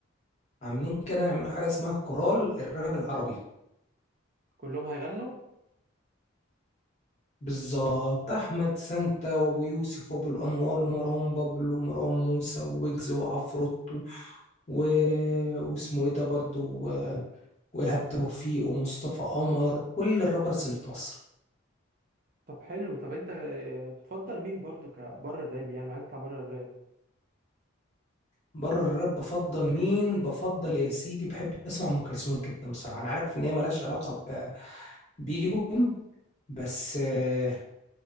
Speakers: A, on the left; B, on the right.
A: عاملين كده يعملوا حاجه اسمها كورال الراب العربي
B: كلهم هيغنوا
A: بالظبط أحمد سانتا وأبو يوسف وأبو الأنوار ومروان بابلو ومروان موسى وويجز وعفروتو و... واسمه إيه ده برضه و... وإيهاب توفيق ومصطفى قمر كل الرابرز اللي في مصر
B: طب حلو طب انت آه، بتفضل مين برضو كبره الراب يعني عايز تطلع بره الراب
A: بره الراب بفضل مين؟ بفضل يا سيدي بحب أسمع أم كلثوم جدا بصراحة أنا عارف إن هي ملهاش علاقة ب... بيهم بس آه،